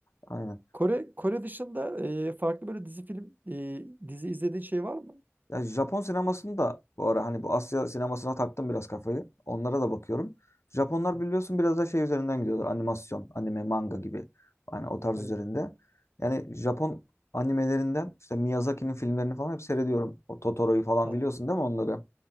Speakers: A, on the left (about 70°); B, on the right (about 40°).
A: Aynen.
B: Kore, Kore dışında ee, farklı böyle dizi film ee, dizi izlediğin şey var mı?
A: Ya Japon sinemasını da bu ara hani bu Asya sinemasına taktım biraz kafayı. Onlara da bakıyorum. Japonlar
B: Hı,
A: biliyorsun biraz da şey üzerinden gidiyorlar. Animasyon, anime, manga gibi. Yani o tarz
B: Aynen.
A: üzerinde. Yani Japon animelerinden işte Miyazaki'nin filmlerini falan hep seyrediyorum. O Totoro'yu falan
B: Abi.
A: biliyorsun değil mi onları?